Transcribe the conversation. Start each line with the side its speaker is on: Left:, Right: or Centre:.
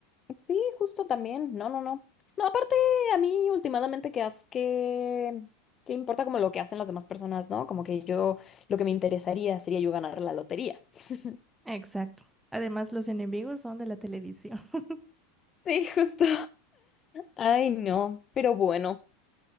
Left: Sí, justo también, no, no, no. No, aparte, a mí últimamente que haz que, que importa como lo que hacen las demás personas, ¿no? Como que yo, lo que me interesaría sería yo ganar la lotería. <laughs>
Centre: Exacto. Además, los enemigos son de la televisión. <laughs>
Left: Sí, justo. Ay, no, pero bueno,